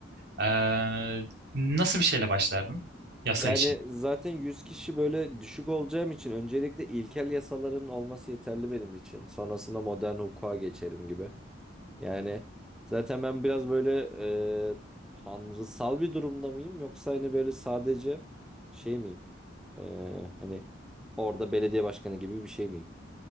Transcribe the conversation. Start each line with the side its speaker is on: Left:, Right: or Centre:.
Right: Ee, nasıl bir şeyle başlardın yasa
Centre: Evet. Yani
Right: için?
Centre: zaten 100 kişi böyle düşük olacağım için öncelikle ilkel yasaların olması yeterli benim için. Sonrasında modern hukuka geçerim gibi. Yani zaten ben biraz böyle e, tanrısal bir durumda mıyım yoksa hani böyle sadece şey miyim? E, hani orada belediye başkanı gibi bir şey miyim?